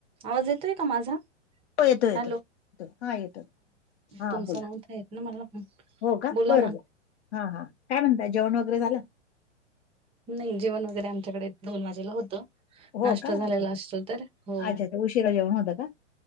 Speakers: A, on the right; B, on the left.
A: आवाज येतोय का माझा?
B: हो येतोय येतोय.
A: हॅलो
B: हा येतो, हा
A: तुमचा
B: बोला,
A: नव्हता येत ना मला पण
B: हो का?
A: बोला
B: बरबर
A: ना
B: हा हा. काय म्हणताय जेवण वगैरे झालं?
A: नाही जेवण वगैरे आमच्याकडे दोन वाजेला होतं.
B: हो
A: नाश्ता
B: का
A: झालेला
B: अच्छा
A: असतो तर, हो.
B: अच्छा अच्छा. उशिरा जेवण होतं का